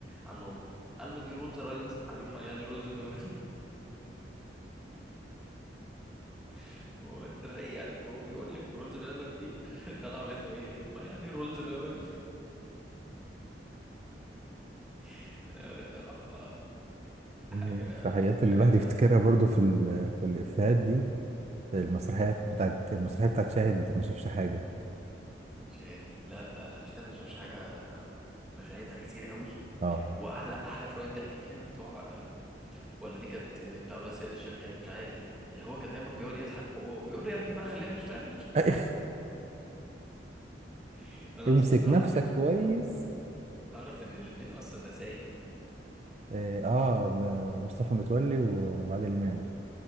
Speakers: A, in the centre; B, on the right (about 35°).
A: قال له آه. قال له دي رولز رايدز قال له امال يعني رولز بلبن <laughs> هو انت بقى ايه عارف هو بيقول لك رولز بلبن دي <laughs> طالع منه ايه امال يعني رولز بلبن <laughs> لا، بصراحه حاجه
B: المسرحيات اللي
A: حاجه
B: الواحد
A: تقل
B: يفتكرها برضو في ال... في الافيهات دي المسرحيات بتاعت المسرحيه بتاعت شاهد ما شافش حاجه
A: شهاد لا آه، شهاد ما شافش حاجه مشاهدها كتير قوي
B: اه
A: واحلى احلى شويه ضحك فيها بتوع آه، ولا دي كانت بتاع الواد سيد الشغال مش عارف اللي هو كان دايما بيقعد يضحك هو ويقول له يا ابني بقى خلينا نشتغل
B: <laughs>
A: <laughs> انا
B: امسك
A: اصلا اعرف
B: نفسك
A: ان
B: كويس
A: اعرف ان الاتنين اصلا نسايب
B: اه آه، م- مصطفى متولي و- وعادل امام